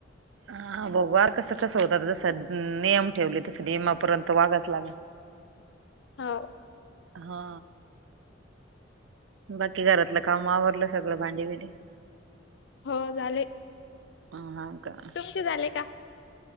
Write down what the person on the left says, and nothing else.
हो.
हो झाले.
कसे झाले का?